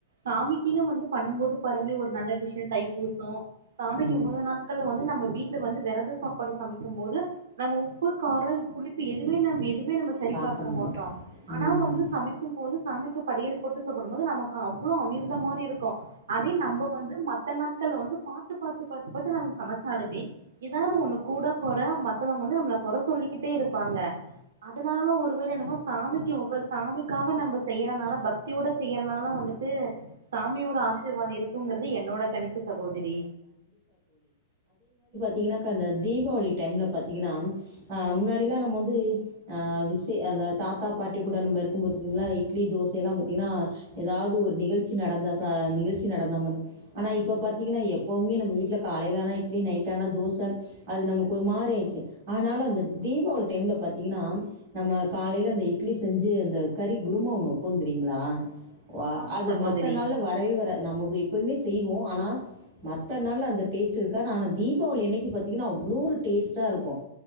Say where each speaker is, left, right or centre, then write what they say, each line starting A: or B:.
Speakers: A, on the right; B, on the right.
A: சாமிக்குன்னு வந்து பண்ணும் போது பாருங்களே ஒரு நல்ல விஷயம் தைப்பூசம் சாமிக்கு
B: ம்
A: ஒவ்வ நாட்க்கள்ல வந்து நம்ம இல்ல வந்து வெரத சாப்பாடு சமைக்கு போது நம்ம உப்பு, கார, புளிப்பு எது எதுமே நம்ப எது எதுமே நம்ம சரிபார்க்க
B: பார்க்க மாட்டோம்
A: மாட்டோ. ஆனா
B: ம்
A: வந்து சமைக்கும் போது சமைக்க படையல் போட்டு அதுவும் நமக்கு அவ்ளோ அமிர்த மாதிரி இருக்கு. அதே நம்ம வந்து மத்த நாட்கள்ல வந்து பாத்து, பாத்து, பாத்து, பாத்து நாம சமச்சாலுமே ஏதாவது ஒண்ணு கூட கோற மத்தவங்க வந்து நம்மள கொற சொல்லிக்கிட்டே இருப்பாங்க. அதனால ஒருவேளை என்னமோ சாமிக்கு உக சாமிக்காக நம்ப செய்யறனால பக்தி தியோட செய்யறனாலா வந்துட் ட்டு சாமியோட ஆசீர்வாதோ இருக்குங்கறது என்னோட கணிப்பு சகோதரி.
B: தீங்ன்னாக்க அந்த தீபாவளி டைம்ல பாத்தீங்ன்னா அஹ முன்னாடியெல்லாம் நம்ம வந்து அஹ விஷே தாத்தா, பாட்டி கூட நம்ப இரும் பாத்தீங்ளா இட்லி, தோசயெல்லா பாத்தீங்ன்னா ஏதாவது ஒரு நிகழ்ச் ச்சி நடந்தா ச நிகழ்ச்சி நடந்தா முடியும். ஆனா இப்ப பாத்தீங்ன்னா எப்பவுமே நம்ம வீட்டுல காலையிலானா இட்லி, நைட்டானா தோசை. அது நமக்கு ஒரு மாரி ஆயிருச்சு. ஆனாலும் அந்த தீபாவளி டைம்ல பாத்தீங்ன்னா நம்ம காலையில அந்த இட்லி செஞ்சி அந்த கறி குருமா ஒண்ணு வப்போந் தெரியுங்களா? வா
A: ஆமா
B: அது
A: சகோதரி
B: மத் இத்தந்நாள்ல வரவே வராது. நமக்கு இப் எப்போவுமே செய்வோ ஆனா மத்த நாள்ல அந்த டேஸ்ட் இருக்கா. ஆனா தீபாவளி அன்னைக்கு பாத்தீங்ன்னா அவ்ளோ ஒரு டேஸ்ட்டா இருக்கு